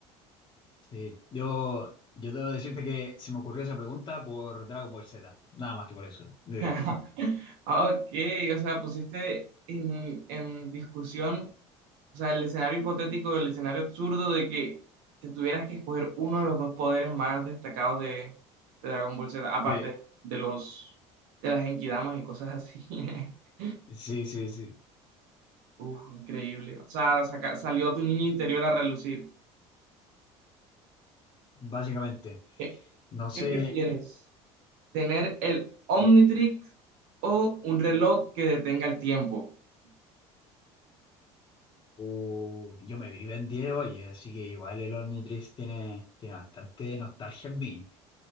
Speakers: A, on the left (about 35°); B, on the right (about 75°).
A: Sí, yo, yo debo decirte que se me ocurrió esa pregunta por Dragon Ball Z, nada más que por eso. De-
B: <laughs> Ok, o sea, pusiste en, en discusión, o sea, el escenario hipotético, el escenario absurdo de que te tuvieras que escoger uno de los dos poderes más destacados de, de Dragon Ball Z, aparte
A: de-
B: de los de las Genkidamas y cosas así. <laughs>
A: sí, sí, sí,
B: Uf, increíble. O sea, saca- salió tu niño interior a relucir.
A: básicamente.
B: ¿Qué,
A: No sé,
B: qué prefieres? ¿Tener el Omnitrix
A: dime.
B: o un reloj que detenga el tiempo?
A: Uh, yo me vivo en 10, oye, así que igual el Omnitrix tiene, tiene bastante nostalgia en mí.